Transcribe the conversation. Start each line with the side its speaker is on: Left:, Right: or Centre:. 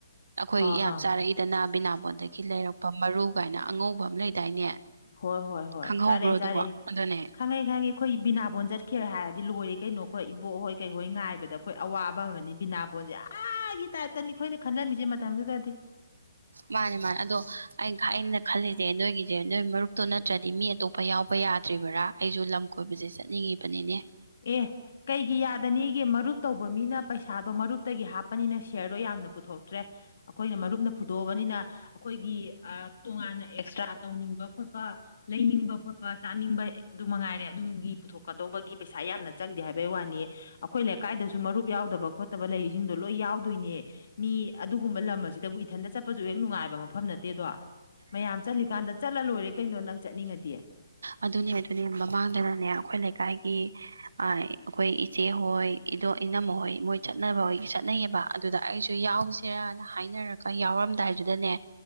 Right: ꯑꯈꯣꯏ
Left: ꯑꯥ
Right: ꯌꯥꯝ
Left: ꯑꯥ
Right: ꯆꯥꯔꯛꯏꯗꯅ ꯕꯤꯅꯕꯣꯟꯗꯒꯤ ꯂꯩꯔꯛꯄ ꯃꯔꯨ ꯀꯥꯏꯅ ꯑꯉꯧꯕ ꯑꯃ ꯂꯩꯗꯥꯏꯅꯦ
Left: ꯍꯣꯏ ꯍꯣꯏ ꯍꯣꯏ
Right: ꯈꯪꯍꯧꯕ꯭ꯔꯣ
Left: ꯆꯥꯔꯦ
Right: ꯑꯗꯨꯕꯣ
Left: ꯆꯥꯔꯦ
Right: ꯑꯗꯨꯅꯦ
Left: ꯈꯪꯉꯦ ꯈꯪꯉꯦ ꯑꯈꯣꯏ ꯕꯤꯅꯥꯕꯣꯟ ꯆꯠꯈꯦ ꯍꯥꯏꯔꯗꯤ ꯂꯣꯏꯔꯦ ꯀꯩꯅꯣ ꯈꯣꯏ ꯏꯕꯣꯛꯍꯣꯏ ꯀꯩꯍꯣꯏ ꯉꯥꯏꯕꯗ ꯈꯣꯏ ꯑꯋꯥꯕ ꯑꯃꯅꯤ ꯕꯤꯅꯥꯕꯣꯟꯖꯦ ꯑꯥꯒꯤ ꯇꯥꯏꯞꯇꯅꯤ ꯈꯣꯏꯅ ꯈꯟꯂꯝꯃꯤꯖꯦ ꯃꯇꯝꯗꯨꯗꯗꯤ
Right: ꯃꯥꯅꯦ ꯃꯥꯅꯦ ꯑꯗꯣ ꯑꯩꯅ ꯑꯩꯅ ꯈꯜꯂꯤꯖꯦ ꯅꯣꯏꯒꯤꯖꯦ ꯅꯣꯏ ꯃꯔꯨꯞꯇꯣ ꯅꯠꯇ꯭ꯔꯗꯤ ꯃꯤ ꯑꯇꯣꯞꯄ ꯄ ꯌꯥꯎꯕ ꯌꯥꯗ꯭ꯔꯤꯕꯔꯥ ꯑꯩꯖꯨ ꯂꯝ ꯀꯣꯏꯕꯖꯦ ꯆꯠꯅꯤꯡꯉꯤꯕꯅꯤꯅꯦ
Left: ꯑꯦ ꯀꯩꯒꯤ ꯌꯥꯗꯅꯤꯒꯦ ꯃꯔꯨꯞ ꯇꯧꯕ ꯃꯤꯅ ꯄꯩꯁꯥꯗꯣ ꯃꯔꯨꯞꯇꯒꯤ ꯍꯥꯞꯄꯅꯤꯅ ꯁꯤꯌꯔꯗꯣ ꯌꯥꯝꯅ ꯄꯨꯊꯣꯛꯇ꯭ꯔꯦ꯫ ꯑꯩꯈꯣꯏꯅ ꯃꯔꯨꯞꯅ ꯐꯨꯗꯣꯛꯑꯕꯅꯤꯅ, ꯑꯩꯈꯣꯏꯒꯤ ꯑꯥ ꯇꯣꯉꯥꯟꯅ ꯑꯦꯛꯁꯇ꯭ꯔꯥ ꯇꯧꯅꯤꯡꯕ ꯈꯣꯠꯄ, ꯂꯩꯅꯤꯡꯕ ꯈꯣꯠꯄ ꯆꯥꯅꯤꯡꯕ ꯑꯗꯨ ꯃꯉꯥꯏꯔꯦ ꯑꯗꯨꯒꯤ ꯄꯨꯊꯣꯛꯀꯗꯧꯕꯒꯤ꯫ ꯄꯩꯁꯥ ꯌꯥꯝꯅ ꯆꯪꯗꯦ ꯍꯥꯏꯕꯩ ꯋꯥꯅꯤ꯫ ꯑꯩꯈꯣꯏ ꯂꯩꯀꯥꯏꯗꯁꯨ ꯃꯔꯨꯞ ꯌꯥꯎꯗꯕ ꯈꯣꯠꯇꯕ ꯂꯩꯁꯤꯡꯗꯣ ꯂꯣꯏ ꯌꯥꯎꯗꯣꯏꯅꯦ꯫ ꯃꯤ ꯑꯗꯨꯒꯨꯝꯕ ꯂꯝ ꯑꯁꯤꯗꯕꯨ ꯏꯊꯟꯇ ꯆꯠꯄꯁꯨ ꯍꯦꯛ ꯅꯨꯡꯉꯥꯏꯕ ꯃꯐꯝ ꯅꯠꯇꯦꯗꯣ꯫ ꯃꯌꯥꯝ ꯆꯠꯂꯤꯀꯥꯟꯗ ꯆꯠꯂ ꯂꯣꯏꯔꯦ ꯀꯩꯅꯣ ꯅꯪ ꯆꯠꯅꯤꯡꯉꯗꯤ꯫
Right: ꯑꯗꯨꯅꯦ ꯑꯗꯨꯅꯦ ꯃꯃꯥꯡꯗꯅꯅꯦ ꯑꯩꯈꯣꯏ ꯂꯩꯀꯥꯏꯒꯤ, ꯑꯥ ꯑꯩꯈꯣꯏ ꯏꯆꯦꯍꯣꯏ ꯏꯗꯣ ꯏꯅꯝꯍꯣꯏ ꯃꯣꯏ ꯆꯠꯅꯕꯣꯏ ꯆꯠꯅꯩꯌꯦꯕ꯫ ꯑꯗꯨꯗ ꯑꯩꯁꯨ ꯌꯥꯎꯁꯤꯔꯅ ꯍꯥꯏꯅꯔꯒ ꯌꯥꯎꯔꯝꯗꯥꯏꯗꯨꯗꯅꯦ,